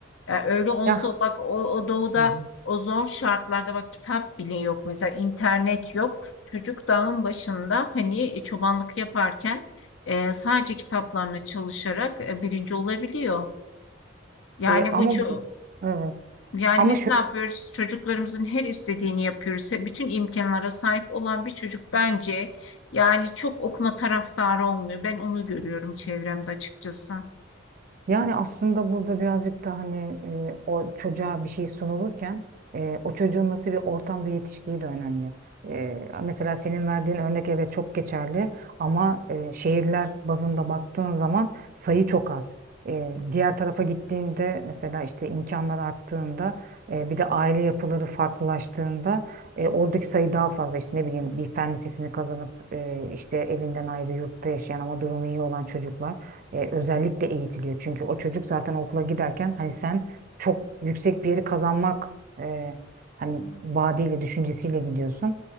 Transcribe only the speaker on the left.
Yani öyle olsa
bak o, o doğuda
o zor şartlarda bak kitap bile yok. Mesela internet yok. Çocuk dağın başında hani e, çobanlık yaparken e, sadece kitaplarına çalışarak e, birinci olabiliyor. Yani
bu çok
yani
biz
ne yapıyoruz? Çocuklarımızın her istediğini yapıyoruz. Bütün imkanlara sahip olan bir çocuk bence yani çok okuma taraftarı olmuyor. Ben onu görüyorum çevremde açıkçası.